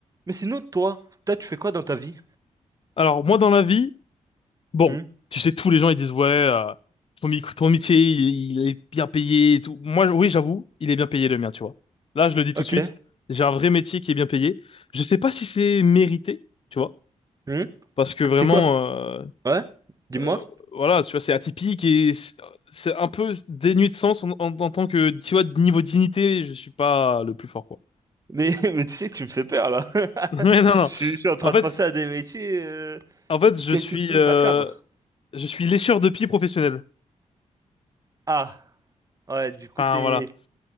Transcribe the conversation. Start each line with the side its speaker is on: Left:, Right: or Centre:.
Right: Mais sinon, toi, toi, tu fais quoi dans ta vie?
Left: Alors moi dans la vie, bon,
Right: Hmm
Left: tu sais tous les gens ils disent ouais euh, ton, mic- ton métier il, il est bien payé et tout. Moi oui j'avoue il est bien payé le mien tu vois. Là je le dis tout
Right: Ok.
Left: de suite j'ai un vrai métier qui est bien payé. Je sais pas si c'est mérité tu vois
Right: Hmm
Left: parce que vraiment
Right: C'est quoi?
Left: euh,
Right: Ouais? Dis-moi.
Left: euh, voilà tu vois c'est atypique et c'est c'est un peu dénué de sens en, en- en tant que tu vois de niveau dignité je suis pas le plus fort quoi.
Right: Mais, <laughs> mais tu sais, tu me fais peur là. <laughs>
Left: <laughs> Mais non non
Right: Je suis, je suis en train
Left: en fait
Right: de passer à des métiers euh,
Left: en fait je
Right: quelque
Left: suis
Right: peu
Left: euh,
Right: macabres.
Left: je suis lécheur de pieds professionnel.
Right: Ah, ouais, du coup,
Left: Enfin
Right: t'es,
Left: voilà.